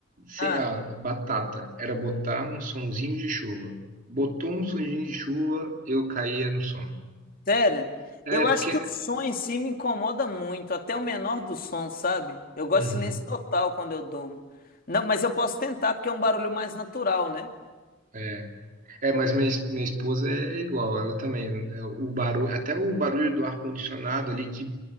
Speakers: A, on the right; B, on the left.
A: sem,
B: Ah.
A: ó, batata, era botar um sonzinho de chuva. Botou um sonzinho de chuva, eu caía no sono.
B: Sério,
A: É,
B: eu
A: porque.
B: acho que o som em si me incomoda muito, até o menor do som, sabe? Eu gosto
A: Uhum.
B: de silêncio total quando eu durmo. Não, mas eu posso tentar, porque é um barulho mais natural, né?
A: é. É, mas minha, es- minha esposa é é igual, ela também. é, O barulho, até o barulho do ar-condicionado ali, que,